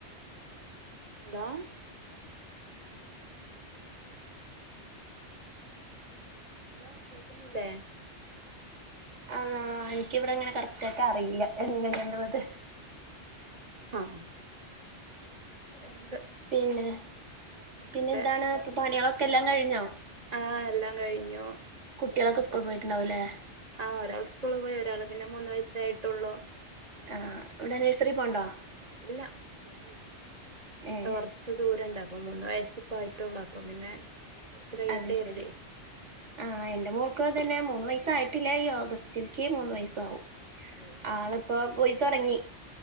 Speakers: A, on the right (about 35°); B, on the right (about 85°).
A: ന്താ. ഹലോ കേക്കുന്നില്ലേ.
B: ആഹ് ഇൻക്കിവിടങ്ങനെ കറക്റ്റായിട്ടറിയില്ല എങ്ങനെയന്ന്ള്ളത്.
A: ആഹ് എന്ത്.
B: പിന്നെ
A: ഒക്കെ
B: പിന്നെന്താണ്
A: നല്ലേ
B: പ്പ പണ്യളൊക്കെല്ലാം കഴിഞ്ഞോ.
A: ആഹ് എല്ലാം കഴിഞ്ഞു.
B: കുട്ട്യാളൊക്കെ
A: വെറുതെ
B: സ്കൂൾ പോയിട്ടുണ്ടാവുല്ലേ.
A: ആഹ് ഒരാള് സ്കൂള് പോയി ഒരാള് പിന്നെ മൂന്ന് വയസ്സായിട്ടുള്ളു.
B: ആഹ് ഇവിടെ നഴ്സറി പോണ്ടോ.
A: ഇല്ല ഫോണില്ല
B: ഏഹ്
A: തോർ ച്ച് ദൂരണ്ട് അപ്പം മൂന്ന് വയസ്സിപ്പായിട്ടോള്ളു അപ്പം പിന്നെ. കൊറച്ച് കഴിയട്ടെ
B: അത്
A: കരുതി
B: ശരി. ആഹ് എന്റെ മോൾക്കും അതന്നെ മൂന്ന് വയസായിട്ടില്ല ഈ ഓഗസ്റ്റിൽക്ക് മൂന്ന് വയസ്സാവും.
A: ഓഹ്
B: ആള്പ്പോ പോയി തൊട്ങ്ങി.